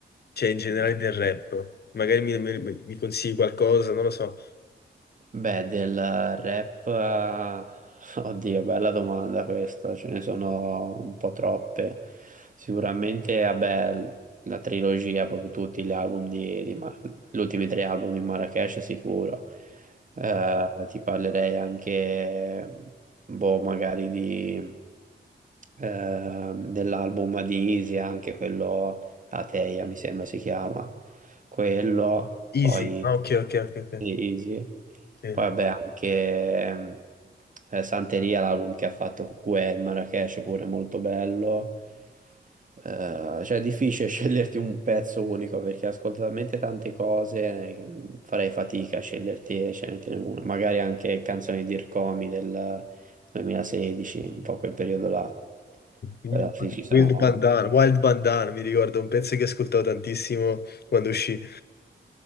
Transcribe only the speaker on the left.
cioè in generale del rap. Magari mi, mi- mi consigli qualcosa, non lo so.
Easy.
Ah, ok, ok, ok. ok.
Sì.
Wild
Wild Bandana, Wild Bandana, mi ricordo, un pezzo che ascoltavo tantissimo quando uscì.